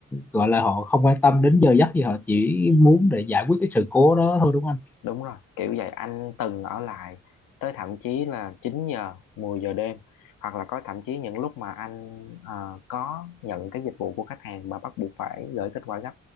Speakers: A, in the centre; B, on the left.
A: gọi là họ không quan tâm đến giờ giấc gì họ chỉ muốn để giải quyết cái sự cố đó thôi đúng không anh
B: đúng rồi kiểu vậy anh từng ở lại tới thậm chí là 9 giờ 10 giờ đêm hoặc là có thậm chí những lúc mà anh ờ, có nhận cái dịch vụ của khách hàng mà bắt buộc phải gửi kết quả gấp